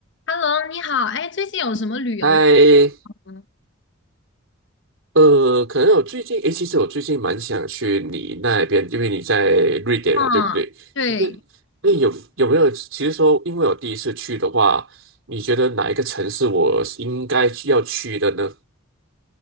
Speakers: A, on the left; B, on the right.
A: Hello，你好，哎，最近有什么旅游
B: 嗨，
A: 吗？
B: 呃，可能我最近，诶，其实我最近蛮想去你那边，因为你在瑞典啊，
A: 嗯，
B: 对不对？
A: 对，
B: 你看，诶，有有没有？其实说，因为我第一次去的话，你觉得哪一个城市我是应该需要去的呢？